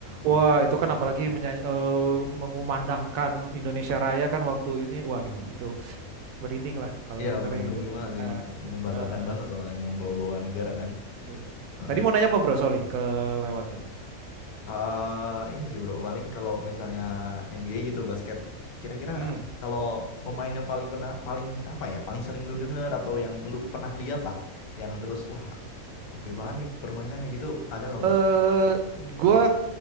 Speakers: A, on the right; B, on the left.
A: wah
B: Iya
A: itu kan apalagi menyanyi, eh, mengumandangkan Indonesia Raya kan waktu ini waduh itu merinding lah kalau
B: Iya,
A: dengarnya
B: benar merinding
A: gitu.
B: banget sih.
A: Ah,
B: Membanggakan
A: ah, ah.
B: banget soalnya memang bawa-bawa negara kan.
A: Iya.
B: Heeh.
A: Tadi mau nanya apa Bro Soli ke lewat tuh.
B: Eh, ini sih bro, paling kalau misalnya NBA gitu basket, kira-kira
A: Hmm.
B: kalau pemain yang paling pernah paling apa ya, paling sering lu denger atau yang lu pernah lihat lah, yang terus wah oke banget nih permainannya gitu, ada nggak bro?
A: Eh gua